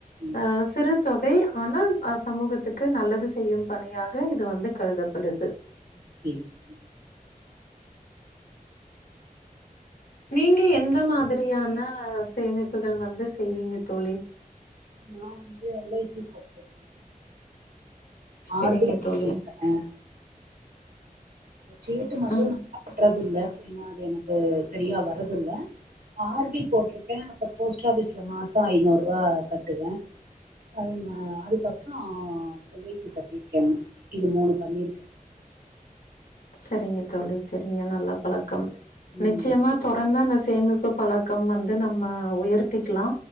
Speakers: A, on the right; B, on the left.
A: ம்
B: அ சிறு தொகை ஆனால் அ சமூகத்துக்கு நல்லது செய்யும் பணியாக இது வந்து கருதப்படுது
A: ஓகே ஓகே
B: நீங்க எந்த மாதிரியான சேமிப்புகள் வந்து செய்வீங்க தோழி
A: நா வந்து எல் ஐ சி போட்
B: சரிங்க
A: ஆர் டி
B: தோழி.
A: ம் ஏ இந்த சீட்டு மட்டு
B: ம்.
A: நா கட்டுறது இல்ல ஏன்னா அது எனக்கு செரியா வர்றதில்ல ஆர் டி போட்டிருக்கே அப்ரோ போஸ்ட் ஆபிஸ்ல மாசோ ஐநூறுபா கட்டுவே அதே மா அதுக்கப்ரோ எல் ஐ சி கட்டியிருக்கே இது மூணு பண்ணியிருக்கே
B: சரிங்க தோழி சரிங்க நல்ல பழக்கம்
A: ம்
B: நிச்சயமா தொரந்து அந்த சேமிப்பு பழக்கம் வந்து நம்ம உயர்த்திக்கலா